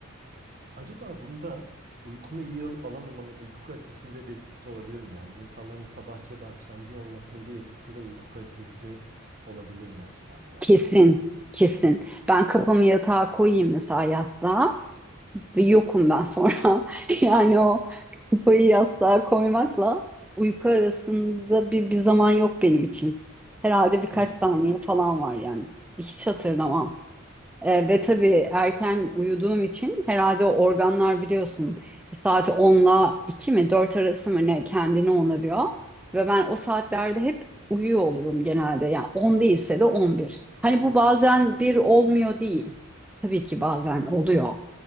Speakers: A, on the right; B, in the centre.
A: acaba bunda uykunu iyi alıp alamamanın uyku kalitesinde bir etkisi olabilir mi? Yani insanların sabahçı ya da akşamcı olmasının bir etkisi de uyku kalitesi olabilir mi acaba birazcık
B: Kesin,
A: da?
B: kesin. Ben kafamı yatağa koyayım mesela yastığa ve yokum ben sonra. <laughs> Yani o kafayı yastığa koymakla uyku arasında bir, bir zaman yok benim için. Herhalde birkaç
A: Hmm.
B: saniye falan var yani. Hiç hatırlamam. E, ve tabii erken uyuduğum için herhalde o organlar biliyorsun saat 10'la 2 mi 4 arası mı ne kendini onarıyor. Ve ben o saatlerde hep uyuyor olurum genelde. Yani 10 değilse de 11. Hani bu bazen bir olmuyor değil. Tabii ki bazen oluyor.